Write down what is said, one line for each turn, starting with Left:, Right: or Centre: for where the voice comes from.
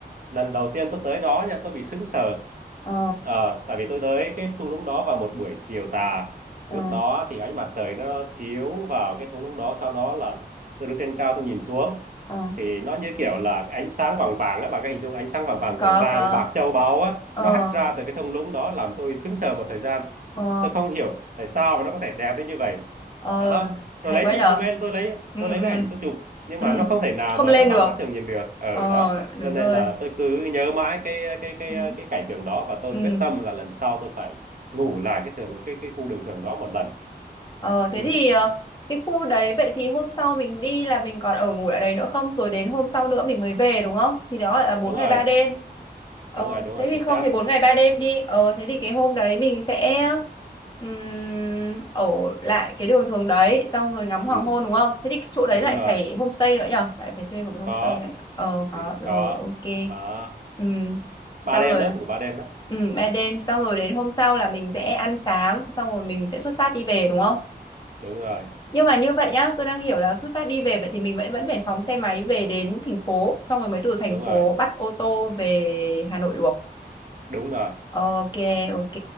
Right: lần đầu tiên tôi tới đó nha tôi bị sững sờ
Left: ờ
Right: Ờ, tại vì tôi tới cái thung lũng đó vào một buổi chiều tà
Left: ờ
Right: lúc đó thì ánh mặt trời nó chiếu vào cái thung lũng đó sau đó là tôi đứng trên cao tôi nhìn xuống
Left: ờ
Right: thì nó như kiểu là cái ánh sáng vàng vàng á bà có hình dung ánh sáng vàng vàng
Left: có
Right: của vàng
Left: có
Right: bạc châu báu á
Left: ờ
Right: nó hắt ra từ cái thung lũng đó làm tôi sững sờ một thời gian
Left: ờ
Right: tôi không hiểu tại sao mà nó có thể đẹp đến như vậy
Left: ờ
Right: đó
Left: hay
Right: tôi lấy
Left: quá
Right: chữ
Left: nhở
Right: tôi mới tôi lấy
Left: ừ
Right: tôi lấy
Left: ừ
Right: máy ảnh tôi chụp nhưng
Left: ừ
Right: mà nó không thể nào
Left: không
Right: mà
Left: lên
Right: nó bằng
Left: được
Right: mắt thường nhìn được ở
Left: ờ
Right: đó
Left: đúng
Right: cho nên
Left: rồi
Right: là tôi cứ nhớ mãi cái cái cái
Left: Ừ.
Right: cái cảnh tượng đó và tôi
Left: ừ.
Right: quyết tâm là lần sau tôi phải ngủ lại cái thường cái cái khu đường thường đó một lần
Left: Ờ thế
Right: ừ
Left: thì ờ, cái khu đấy vậy thì hôm sau mình đi là mình còn ở ngủ lại đấy nữa không? Rồi đến hôm sau nữa mình mới về đúng không? Thì đó lại là bốn
Right: đúng
Left: ngày
Right: rồi
Left: 3 đêm. Ờ
Right: đúng rồi đúng rồi
Left: thế thì
Right: chính
Left: không
Right: xác
Left: thì 4 ngày 3 đêm đi. Ờ thế thì cái hôm đấy mình sẽ ừm, ở lại cái đường thường đấy xong rồi ngắm hoàng
Right: ừ
Left: hôn đúng không? Thế thì cái chỗ đấy
Right: đúng
Left: lại
Right: rồi
Left: phải homestay nữa nhở? Lại phải thuê một cái homestay
Right: có
Left: nữa. nhở? Ờ có
Right: ừ
Left: rồi
Right: có
Left: ok.
Right: Đó.
Left: Ừm,
Right: ba
Left: xong
Right: đêm
Left: rồi
Right: đó ngủ ba đêm đó
Left: Ừ,
Right: ừ.
Left: ba đêm xong rồi đến hôm sau là mình sẽ ăn sáng xong rồi mình sẽ xuất phát đi về đúng không?
Right: đúng rồi
Left: nhưng mà như vậy nhá tôi đang hiểu là xuất phát đi về vậy thì mình vẫn vẫn phải phóng xe máy về đến thành phố xong rồi mới từ thành
Right: đúng rồi
Left: phố bắt ô tô về Hà Nội được
Right: đúng rồi
Left: ok ok